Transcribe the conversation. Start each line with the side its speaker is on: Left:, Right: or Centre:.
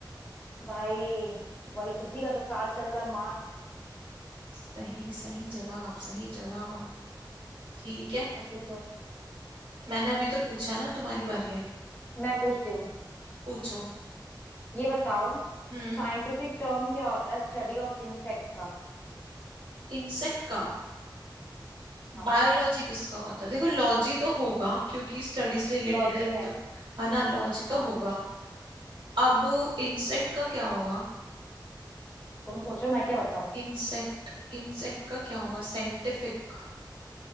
Left: भाई वही उसी का तो साल चल रहा है मार्स
Right: सही सही जवाब सही जवाब ठीक है
Left: अब तुम पूछो
Right: मैंने अभी तो पूछा ना तुम्हारी बारी है
Left: मैं पूछती हूँ
Right: पूछो
Left: ये बताओ
Right: हम्म
Left: साइंटिफिक टर्म क्या होता है स्टडी ऑफ इंसेक्ट का
Right: इंसेक्ट का
Left: हाँ
Right: बायोलॉजी किसका होता है देखो लॉजी तो होगा क्योंकि स्टडीज रिलेटेड
Left: लॉजी
Right: है
Left: है
Right: तो है ना लॉजी
Left: हाँ
Right: तो होगा अब इंसेक्ट का क्या होगा
Left: तुम सोचो मैं क्या बताऊं
Right: इंसेक्ट इंसेक्ट का क्या होगा scientific